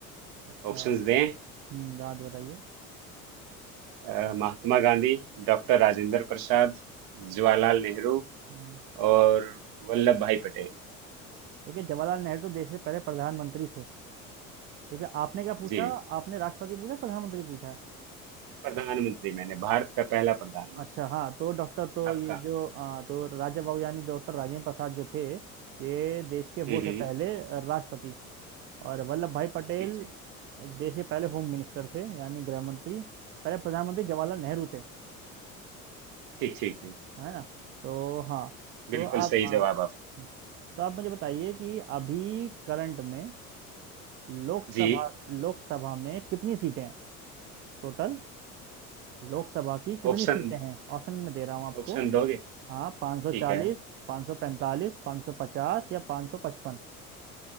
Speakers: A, on the right; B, on the right.
A: अच्छा
B: ऑप्शंस दें
A: हम्म राज बताइए
B: अ, महात्मा गांधी डॉक्टर राजेंद्र प्रसाद जवाहरलाल नेहरू
A: हम्म,
B: और वल्लभ भाई पटेल
A: देखिए जवाहरलाल नेहरू तो देश के पहले प्रधानमंत्री थे ठीक है आपने क्या पूछा
B: जी
A: आपने राष्ट्रपति पूछा प्रधानमंत्री पूछा
B: प्रधानमंत्री मैंने भारत का पहला प्रधानमंत्री
A: अच्छा हाँ तो डॉक्टर तो
B: आपका
A: ये जो आ, तो राजा बाबू यानी डॉक्टर राजेंद्र प्रसाद जो थे ये देश के वो
B: हम्म
A: थे
B: हम्म,
A: पहले राष्ट्रपति और वल्लभ भाई पटेल
B: ठीक ठीक
A: देश के पहले होम मिनिस्टर थे यानी गृह मंत्री पहले प्रधानमंत्री जवाहरलाल नेहरू थे
B: ठीक ठीक ठीक
A: है ना तो हाँ तो
B: बिल्कुल
A: आप
B: सही
A: आ,
B: जवाब आप
A: तो आप मुझे बताइए कि अभी करंट में लोकसभा
B: जी
A: लोकसभा में कितनी सीटें हैं टोटल लोकसभा की कितनी
B: ऑप्शन
A: सीटें हैं ऑप्शन में दे रहा हूँ आपको
B: ऑप्शन दोगे
A: हाँ पाँच सौ
B: ठीक
A: चालीस
B: है
A: पाँच सौ पैंतालीस पाँच सौ पचास या पाँच सौ पचपन